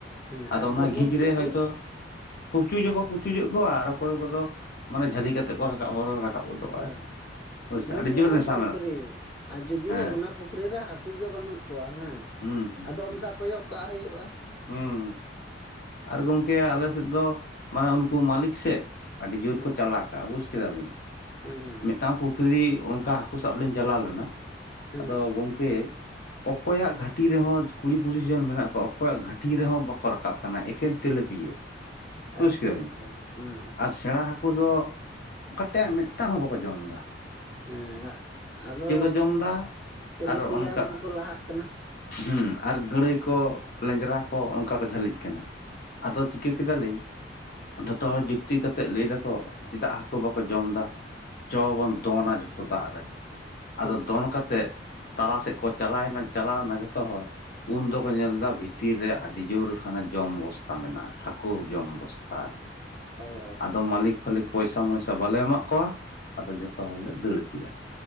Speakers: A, on the left; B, on the left.
A: ᱦᱮᱸ
B: ᱟᱫᱚ
A: ᱟᱨ
B: ᱚᱱᱟ
A: ᱡᱮᱢᱚᱱ
B: ᱜᱤᱡ
A: ᱯᱩᱠᱷᱨᱤ
B: ᱨᱮ ᱦᱚᱳᱭᱛᱳ ᱯᱩᱪᱩᱡ ᱦᱚᱠᱚ ᱯᱩᱪᱩᱡᱚᱜ ᱠᱚ ᱟᱨ ᱚᱠᱚᱭ ᱠᱚᱫᱚ ᱢᱟᱱᱮ ᱡᱷᱟᱹᱞᱤ ᱠᱟᱛᱮᱜ ᱠᱚ ᱨᱟᱠᱟᱵ ᱦᱚᱨᱚ ᱨᱟᱠᱟᱵ ᱜᱚᱫᱚᱜᱼᱟ
A: ᱚ
B: ᱦᱳᱭᱥᱮ
A: ᱢᱟᱱᱮ
B: ᱟᱹᱰᱤ
A: ᱡᱮᱢᱚᱱ
B: ᱡᱳᱨ ᱱᱮᱥᱟ
A: ᱯᱩᱠᱷᱨᱤ
B: ᱢᱮᱱᱟᱜ ᱛᱟᱹᱞᱤᱧᱟ
A: ᱟᱨ ᱡᱩᱫᱤ
B: ᱦᱮᱸ
A: ᱚᱱᱟ ᱯᱩ ᱠᱷᱨᱤ ᱨᱮ ᱦᱟᱹᱠᱩ ᱜᱮ ᱵᱟᱹᱱᱩᱜ ᱠᱚᱣᱟ ᱦᱮᱸ
B: ᱦᱩᱸ ᱦᱩᱸ
A: ᱟᱫᱚ
B: ᱦᱩᱸ
A: ᱚᱱᱠᱟ ᱠᱚᱭᱚᱜ ᱠᱟᱜ ᱦᱩᱭᱩᱜᱼᱟ᱾
B: ᱦᱩᱸ ᱟᱨ ᱜᱚᱝᱠᱮ ᱟᱞ ᱥᱮᱫ ᱫᱚ ᱢᱟᱱᱮ ᱩᱱᱠᱩ ᱢᱟᱞᱤᱠ ᱥᱮ, ᱟᱹᱰᱤ ᱡᱳᱨ
A: ᱦᱮᱸ
B: ᱠᱚ ᱪᱟᱞᱟᱠ ᱟ ᱵᱩᱡ ᱠᱮᱫᱟ ᱵᱤᱱ?
A: ᱦᱮᱸ ᱦᱮᱸ
B: ᱢᱤᱫᱴᱟᱝ ᱯᱩᱠᱷᱨᱤ ᱚᱱᱠᱟ ᱦᱟᱹᱠᱩ ᱥᱟᱵ ᱞᱤᱧ ᱪᱟᱞᱟᱣ ᱞᱮᱱᱟ
A: ᱦᱮᱸ
B: ᱟᱫᱚ ᱜᱚᱝᱠᱮ ᱚᱠᱚᱭᱟᱜ ᱜᱷᱟᱟᱹᱴᱤ ᱨᱮᱦᱚᱸ ᱠᱩᱲᱤ ᱯᱚᱸᱪᱤᱥ ᱡᱚᱱ ᱢᱮᱱᱟᱜ ᱠᱚᱣᱟ ᱚᱠᱚᱭᱟᱜ ᱜᱷᱟᱟᱹᱴᱤ ᱨᱮᱦᱚᱸ ᱵᱟᱠᱚ ᱨᱟᱠᱟᱵ ᱠᱟᱱᱟ ᱮᱠᱮᱱ ᱛᱮᱤᱞᱟᱹᱯᱤᱭᱟᱹ᱾ ᱵᱩᱡ
A: ᱟᱪᱪᱷᱟ
B: ᱠᱮᱫᱟ
A: ᱟᱪᱪᱷᱟ
B: ᱵᱤᱱ
A: ᱦᱮᱸ
B: ᱟᱨ ᱥᱮᱬᱟ ᱦᱟᱹᱠᱩ ᱫᱚ ᱠᱟᱴᱤᱡ ᱢᱤᱫ ᱴᱟᱝ ᱦᱚᱸ ᱵᱟᱠᱚ ᱡᱚᱢ ᱫᱟ,
A: ᱦᱮᱸ ᱟᱫᱚ
B: ᱡᱚᱢ ᱮᱫᱟ
A: ᱛᱮᱞᱮᱯᱮᱭᱟ
B: ᱟᱨ ᱚᱱᱠᱟ
A: ᱩᱱᱠᱩ ᱠᱚ ᱞᱟᱦᱟᱜ ᱠᱟᱱᱟ᱾
B: ᱦᱮᱸ ᱟᱨ ᱜᱟᱹᱲᱟᱹᱭ ᱠᱚ ᱞᱮᱸᱡᱨᱟ ᱠᱚ ᱚᱱᱠᱟ ᱠᱚ ᱡᱷᱟᱹᱞᱤᱜ ᱠᱟᱱᱟ,
A: ᱟᱪᱪᱷᱟ
B: ᱟᱫᱚ ᱪᱤᱠᱟᱹ ᱠᱮᱫᱟᱞᱤᱧ ᱡᱷᱚᱛᱚ ᱦᱚᱲ ᱡᱩᱠᱛᱤ ᱠᱟᱛᱮᱜ ᱞᱟᱹᱭ ᱫᱟᱠᱚ ᱪᱮᱫᱟᱜ ᱦᱟᱹᱠᱩ ᱵᱟᱠᱚ ᱡᱚᱢ ᱫᱟ? ᱪᱚ ᱵᱚᱱ ᱫᱚᱱᱟ ᱡᱷᱚᱛᱚ ᱫᱟᱜ ᱨᱮ, ᱟᱫᱚ
A: ᱦᱮᱸ
B: ᱫᱚᱱ ᱠᱟᱛᱮᱫ ᱛᱟᱞᱟ ᱥᱮᱫ ᱠᱚ ᱪᱟᱞᱟᱣᱮᱱᱟ ᱪᱟᱞᱟᱣᱮᱱᱟ ᱡᱷᱚᱛᱚ ᱦᱚᱲ, ᱩᱱ ᱫᱚᱠᱚ ᱧᱮᱞᱫᱟ ᱵᱷᱤᱛᱤᱨ ᱨᱮ ᱟᱹᱰᱤ ᱡᱳᱨ ᱦᱟᱱᱮ ᱡᱚᱢ ᱵᱚᱥᱛᱟ ᱢᱮᱱᱟᱜᱼᱟ ᱦᱟᱹᱠᱩ ᱡᱚᱢ ᱵᱚᱥ ᱛᱟ
A: ᱚ
B: ᱟᱫᱚ ᱢᱟᱞᱤᱠ ᱯᱟᱞᱤᱠ ᱯᱚᱭᱥᱟ ᱢᱚᱭᱥᱟ ᱵᱟᱞᱮ ᱮᱢᱟᱜ ᱠᱚᱣᱟ ᱟᱫᱚ ᱡᱚᱛᱚ ᱦᱚᱲᱞᱮ ᱫᱟᱹᱲ ᱠᱮᱫᱟ᱾